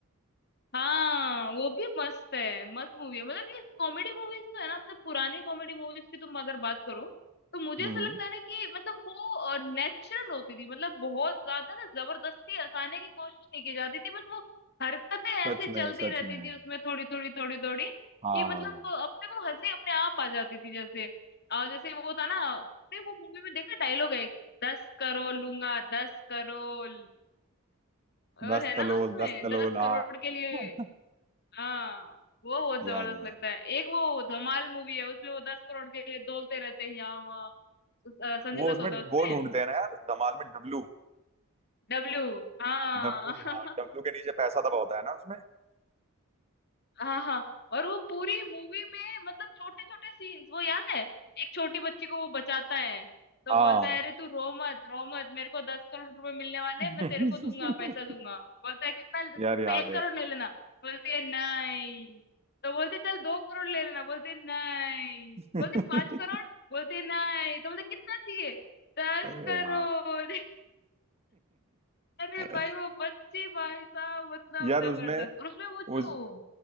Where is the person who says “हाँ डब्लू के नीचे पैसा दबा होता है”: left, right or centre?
Right